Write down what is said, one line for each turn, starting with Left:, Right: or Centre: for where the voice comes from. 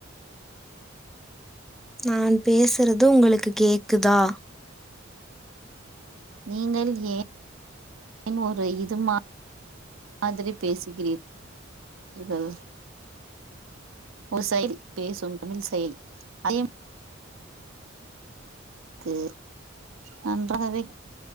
Centre: நான் பேசறது உங்களுக்கு கேக்குதா
Right: நீங்கள் ஏன் ஒரு இதுமா மாதிரி பேசிகிறீர்கள் ஒரு செயல் பேசும் தமிழ் செயல் அதே கே நன்றாவே